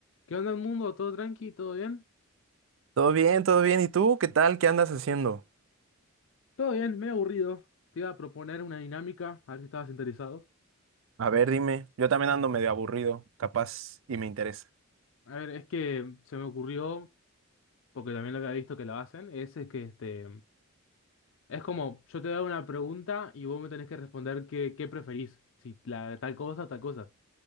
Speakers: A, on the left; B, on the right.
A: ¿Qué onda el mundo? ¿Todo tranqui? ¿Todo bien?
B: Todo bien, todo bien. ¿Y tú qué tal? ¿Qué andas haciendo?
A: Todo bien, medio aburrido. Te iba a proponer una dinámica, a ver si estabas interesado.
B: A ver, dime. Yo también ando medio aburrido, capaz, y me interesa.
A: A ver, es que se me ocurrió, porque también lo había visto que lo hacen, es, es que este, es como yo te hago una pregunta y vos me tenés que responder qué, qué preferís, si la, tal cosa o tal cosa.